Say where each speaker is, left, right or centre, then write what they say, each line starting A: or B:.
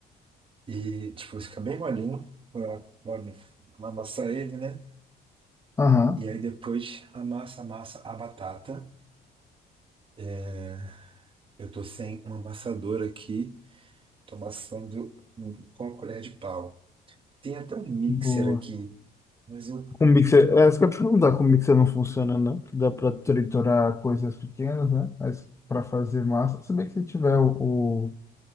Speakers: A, on the right (about 30°); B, on the left (about 15°).
A: E, tipo, fica bem molinho. Olha, olha, amassa ele, né?
B: Aham.
A: E aí depois amassa, amassa a batata. É, eu tô sem um amassador aqui. Tô amassando hum, com a colher de pau. Tem até um mixer
B: Boa.
A: aqui. Mas eu,
B: Com mixer, é, isso que eu ia te perguntar, com mixer não funciona, não? Que dá para triturar coisas pequenas, né? Mas para fazer massa, se bem que se tiver o,